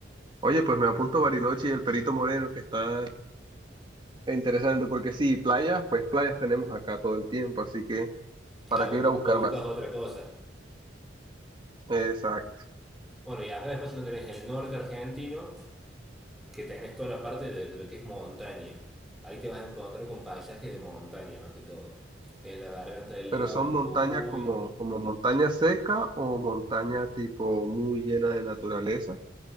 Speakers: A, on the right; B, in the centre.
A: Oye, pues me apunto Bariloche y el Perito Moreno, que está interesante, porque sí, playas, pues playas tenemos acá todo el tiempo, así que ¿para
B: Claro,
A: qué ir a buscar
B: vos buscas
A: más?
B: otra cosa.
A: Exacto.
B: Bueno, y acá después lo tenés el norte argentino, que tenés toda la parte de lo que es montaña. Ahí te vas a encontrar con paisajes de montaña más que todo. Tenés la garganta del
A: Pero
B: diablo
A: son
B: en
A: montañas
B: Jujuy.
A: como, como montaña seca o montaña tipo muy llena de naturaleza,